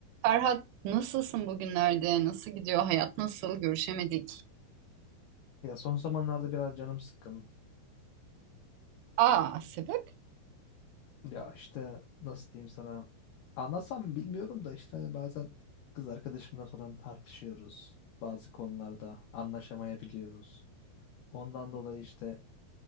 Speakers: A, on the right; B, on the left.
A: Ferhat nasılsın bugünlerde? Nasıl gidiyor? Hayat nasıl? Görüşemedik.
B: Ya son zamanlarda biraz canım sıkkın.
A: Aa, sebep?
B: Ya işte nasıl diyeyim sana? Anlasam mı bilmiyorum da işte hani bazen kız arkadaşımla falan tartışıyoruz. Bazı konularda anlaşamayabiliyoruz. Ondan dolayı işte